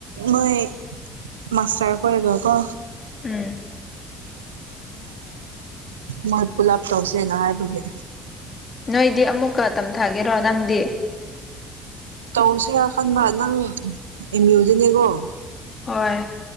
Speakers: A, on the right; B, on the left.
A: ꯃꯣꯏ ꯃꯥꯇꯔ ꯀꯣ ꯂꯩꯒꯣ ꯑꯀꯣ
B: ꯎꯝ
A: ꯃꯣꯏ ꯄꯨꯂꯞ ꯇꯧꯁꯦꯅ ꯍꯥꯏꯕꯒꯤ
B: ꯅꯣꯏꯗꯤ ꯑꯃꯨꯛꯀ ꯇꯝꯊꯥꯒꯦꯔꯣ ꯅꯪꯗꯤ
A: ꯇꯧꯁꯤ ꯀ ꯈꯟꯕ ꯅꯪ ꯑꯦꯝ ꯌꯨꯗꯨꯅꯦꯀꯣ
B: ꯍꯣꯏ